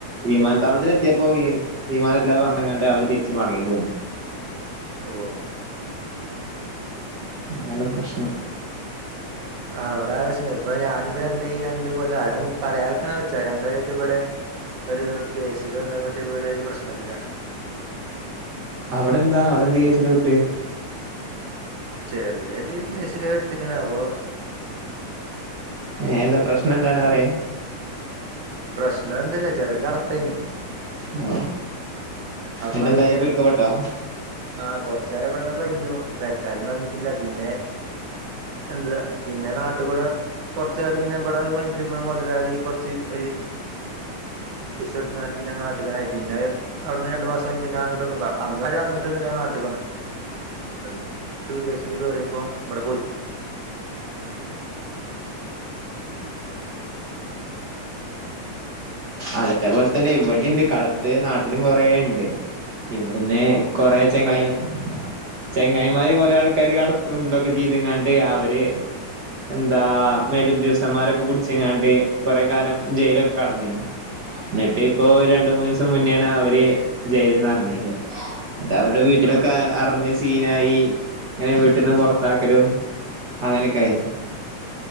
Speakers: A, on the right; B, on the right.
A: വിമാനത്താവളത്തിൽ എത്തിയപ്പോ ഇമ് വിമാനം ഇല്ലപറഞ്ഞിങ്ങാണ്ട് അവര് തിരിച്ച്മടങ്ങി പോന്നു.
B: ഓഹ്
A: അതാണ് പ്രശ്നം
B: അവ്ടാച്ച് ഞാന്പ്പൊ ഈ രണ്ടി രണ്ട് കൊല്ലം ആരും പറയാക്ക വെച്ച രണ്ടേ രായിട്ട്ബടെ ഒരു കേസിൽ ബന്ധപ്പെട്ട് ഇവിടെ ഒരു പ്രശ്നത്തിലാണ്.
A: അവിടെന്താ അവിടെ എന്ത് കേസില പെട്ട്?
B: ചെറിയൊരു കേസില് പെട്ട്ക്ക്ണ് അപ്പോ.
A: ഏ എന്താ പ്രശ്നം എന്താണ് പറയ്.
B: പ്രശ്നം ഒന്നും ഇല്ല ചെറിയരു കടത്ത് യെഞ്ഞ്.
A: ആ.
B: അപ്പോ
A: എന്നിട്ടെന്തായി
B: അയിനെ
A: പിടിക്കപ്പെട്ടോ
B: ആഹ കൊച്ച് കാലം ഇവിടെ ഇങ്ങനെ കഴിഞ്ഞു. പെരക്കാര് ഒന്നും അറിഞ്ഞിട്ടില്ല പിന്നെ എന്താ പിന്നെ നാട്ടുകൂടെ കൊറച്കാലം പിന്നെ ഇവിടെ പണിചെയ്യുന്ന മുതലാളി കുറച്ച് ഒരു വിസഎടുത്തു നാട്ടിക്കി അവിട്ന്ന് രണ്ട് മാസം കഴിഞ്ഞിട്ട് ഞാൻ ഇങ്ങട്ട് വന്നു ഇപ്പോ അന്നും ആരും അറിഞ്ഞിട്ട് ഒന്നും ഇല്ല ഞാൻ നാട്ടിൽ ക്ക് വന്നത്. അതെ വിദേശത്ത് കയറിയപ്പോ ഇവിടെ
A: അതേപോലെ തന്നെ ഇവിടെണ്ട് കടത്ത് നാട്ടിലും കൊറേ ഉണ്ട് ഇവിടുന്ന് കുറേ
B: സ്റ്റേഷൻ
A: ചെങ്ങായും
B: ഉണ്ടാക്കി പിന്നെ
A: ചെങ്ങായിമാര് കോറെ ആൾക്കാര് കടത്തും ഇതൊക്കെ ചെയ്തങ്ങാണ്ട് അവര് എന്താ മേലുദ്യോഗസ്ഥന്മാരൊക്കെ പിടിച്ച്ങ്ങാണ്ട് കോറെ കാലം ജയിലൊക്കെ കടന്നിരുന്നു. എന്നിട്ട് ഇപ്പോ രണ്ട് മൂന്ന് ദിവസം മുന്നെണ് അവര് ജയില്ന്ന് ഇറങ്ങിയത്. അത് അവരുടെ വീട്ടിലൊക്കെ
B: ആ
A: അറിഞ്ഞ് സീനായി ഇങ്ങനെ വീട്ട്ന്ന് പുറത്താക്കലും അങ്ങനെയൊക്കെ ആയി.